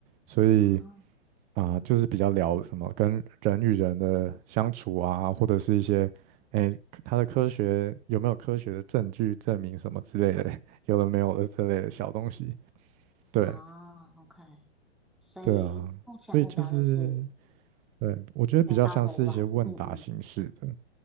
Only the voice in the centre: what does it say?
哦，
嗯，
哦，OK。所以目前目标就是
再到国外，嗯嗯